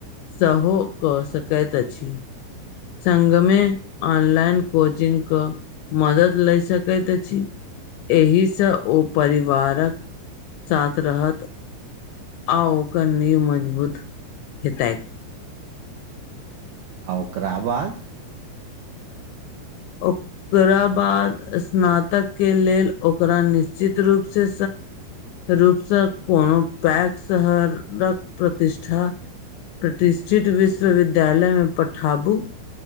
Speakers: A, on the left; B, on the right.
A: सहो क सकैत अछि। संग मे, ऑनलाइन कोचिंग क, मदद ले सक कैत अछि, एहिसँ ओ परिवारक साथ रहत, आ ओकर नीव मजबूत हतैक।
B: आ ओकरा बाद?
A: ओ ओकरा बाद स्नातक के लेल, ओकरा निश्चित रूप से रूपसँ, कोनो पैघ शहरक, प्रतिष्ठा प्रतिष्ठित, विश्वविद्यालय में पठाबू।